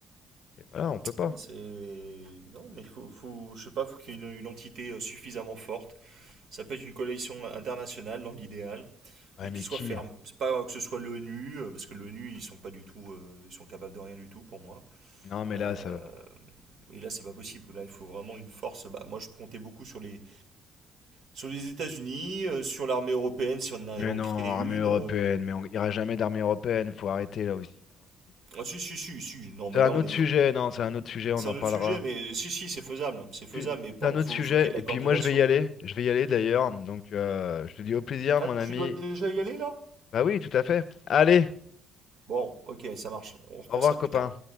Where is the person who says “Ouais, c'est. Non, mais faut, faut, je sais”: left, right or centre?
Right